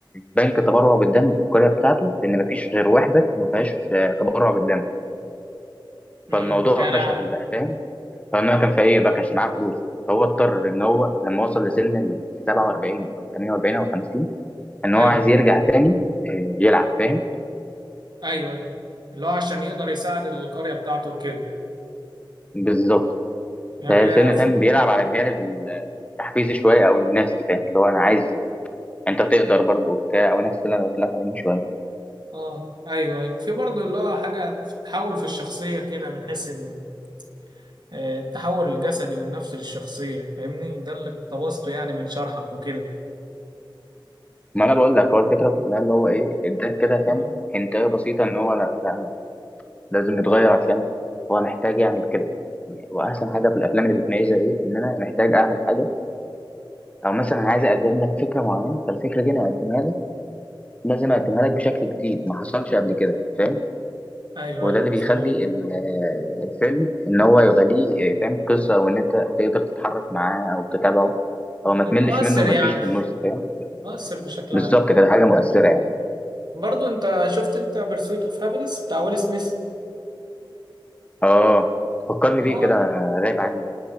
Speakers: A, on the left; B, on the right.
A: بنك تبرع بالدم في القرية بتاعته لأن ما فيش غير واحدة ما فيهاش تبرع بالدم
B: امم
A: فالموضوع
B: يعني
A: فشل
B: ع-
A: بقى فاهم فانا كان في ايه بقى كانش معاه فلوس فهو اضطر ان هو لما وصل لسن ال 47 او 48 او 50 ان هو
B: ايوه
A: عايز يرجع تاني آه، يلعب فاهم
B: ايوه ايوه اللي هو عشان يقدر يساعد القرية بتاعته كده
A: بالظبط
B: يعني
A: فالفيلم
B: في
A: فاهم بيلعب على الجانب ال- التحفيزي شويه او النفسي فاهم اللي هو انا عايز انت تقدر برضه وبتاع او نفس اللي انا قلت لك عليه من شويه
B: اه ايوه ايوه في برضه اللي هو حاجة تحول في الشخصية كده من حيث ال- آه، التحول الجسدي والنفسي للشخصية فاهمني ده اللي اقتبسته يعني من شرحك وكده
A: ما انا بقول لك هو الفكره
B: أوه.
A: كلها اللي هو ايه اداك كده فاهم
B: امم
A: حنتايه بسيطه ان هو لا لا لازم يتغير عشان هو محتاج يعمل كده واحسن حاجه في الافلام اللي بتميزها ايه ان انا محتاج اعمل حاجه او مثلا عايز اقدم لك فكره معينه فالفكره دي انا اقدمها لك لازم اقدمها لك بشكل جديد ما حصلش قبل كده فاهم
B: ايوه
A: وده
B: ايوه
A: اللي
B: مظبوط
A: بيخلي ال- آه، الفيلم ان هو يغليه آه، فاهم قصه وان انت تقدر تتحرك معاه او تتابعه او ما
B: مؤثر
A: تملش منه وما
B: يعني
A: تجيش في النص فاهم
B: مؤثر بشكل
A: بالظبط
B: عام
A: كده حاجه مؤثره يعني
B: برضو انت شفت انت برسويت اوف هابينس بتاع ويل سميث
A: اه فكرني
B: هو
A: بيه كده آه، غايب عني